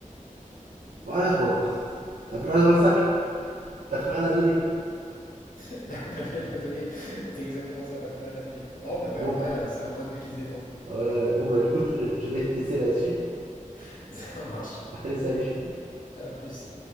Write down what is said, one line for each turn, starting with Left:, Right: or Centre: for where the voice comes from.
Right: Voilà quoi. T'as plus rien dans le sac. T'as plus rien à donner.
Left: <laughs> T'as plus rien à donner. <laughs> C'est exactement ça, t'as plus rien à donner. Non, bah ouais,
Right: Bon,
Left: en vrai, euh, c'est un point de vue qui se défend.
Right: ouais, ouais, ouais. bon bah du coup, <laughs> je vais te laisser là-dessus.
Left: <laughs> Ça marche.
Right: Allez, salut.
Left: À plus.